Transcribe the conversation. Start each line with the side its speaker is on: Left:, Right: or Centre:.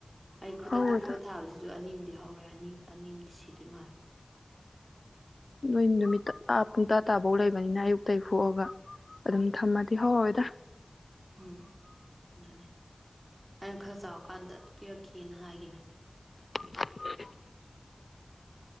Right: ꯑꯩ ꯈꯨꯗꯛꯇ
Left: ꯍꯧꯔꯣꯏꯗ
Right: ꯐꯨꯛꯑ ꯊꯥꯕꯁꯤꯁꯨ ꯑꯅꯤꯝ ꯗꯤ ꯍꯧꯔꯛ ꯑꯅꯤ ꯑꯅꯤꯝꯗꯤ ꯁꯤꯗꯣꯏ ꯃꯥꯜꯂꯦ
Left: ꯅꯣꯏ ꯅꯨꯃꯤꯠꯇ ꯑꯥ ꯄꯨꯡ ꯇꯥꯔꯥ ꯇꯕꯧ ꯂꯩꯕ ꯕꯅꯤꯅ ꯑꯌꯨꯛꯇꯩ ꯐꯨꯛꯑꯒ ꯑꯗꯨꯝ ꯊꯝꯃꯗꯤ ꯍꯧꯔꯣꯏꯗ
Right: ꯎꯝ ꯑꯗꯨꯅꯦ ꯑꯩꯅ ꯈꯔ ꯆꯥꯎꯔꯀꯥꯟꯗ ꯄꯤꯔꯛꯀꯦꯅ ꯍꯥꯏꯒꯤꯕꯅꯦ
Left: <unintelligible>